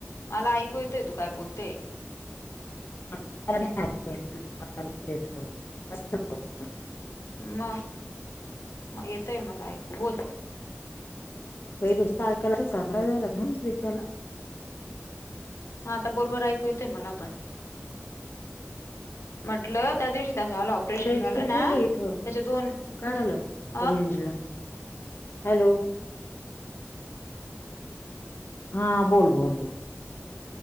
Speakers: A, on the left; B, on the left.
A: मला ऐकू येतय तू काय बोलते <inaudible>
B: <unintelligible>
A: मग मग येतय मला आकु बोल
B: नुसत ऐकायला काय झाल तला
A: हा आता बरोबर ऐकू येतय मला पण म्हटलं त्या दिवशी त्याच ऑल ऑपरेशन
B: रेंज
A: झालं
B: तर
A: ना
B: फुल आहे
A: त्याचे
B: इथं
A: दोन
B: काय झालं
A: अ
B: रेंजला हॅलो हा बोल बोल बोल